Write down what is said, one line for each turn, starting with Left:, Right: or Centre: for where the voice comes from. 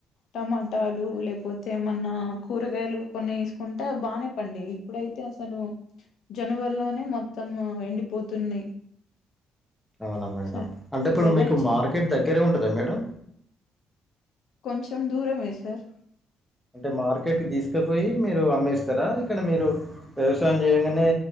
Left: టమాటాలు లేకపోతే ఏమన్నా కూరగాయలు కొన్ని వేసుకుంటే బానే పండి ఇప్పుడైతే అసలు జనవరిలోనే మొత్తం ఎండిపోతున్నాయి
Centre: అవునా మేడం
Left: స
Centre: అంటే ఇప్పుడు
Left: వెదర్
Centre: మీకు
Left: చే
Centre: మార్కెట్ దగ్గరే ఉంటదా మేడం
Left: కొంచెం దూరమే సార్
Centre: అంటే మార్కెట్కి తీసుకపోయి మీరు అమ్మేస్తారా ఇక్కడ మీరు వ్యవసాయం చేయగానే